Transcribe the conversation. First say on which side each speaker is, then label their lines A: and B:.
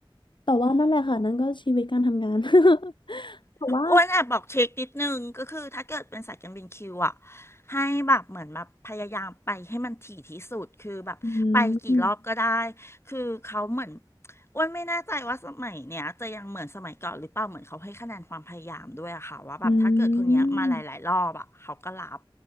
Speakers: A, on the left; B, on the left.
A: แต่ว่านั่นแหละค่ะนั่นก็ชีวิตการทำงาน <laughs> แต่ว่า
B: อ้วนแอบบอกเช็คนิดนึงก็คือถ้าเกิดเป็นสายการบินคิวอ่ะให้แบบเหมือนแบบพยายามไปให้มันถี่ที่สุดคือแบบไปกี่รอบก็ได้คือเขาเหมือน
A: อืม
B: อ้วนไม่แน่ใจว่าสมัยเนี้ยจะยังเหมือนสมัยก่อนหรือเปล่าเหมือนเขาให้คะแนนความพยายามด้วยอะค่ะว่าแบบถ้าเกิดคนเนี้ยมาหลายๆรอบอะเขาก็รับ
A: อืม